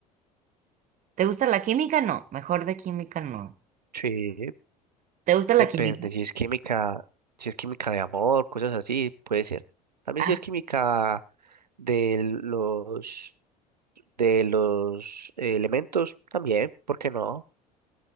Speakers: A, on the right; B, on the right.
A: ¿te gusta la química? No, mejor de química no.
B: Sí,
A: ¿Te gusta la
B: depende.
A: química?
B: Si es química, si es química de amor, cosas así, puede ser. También
A: Ah,
B: si es química de los de los eh, elementos, también, ¿por qué no?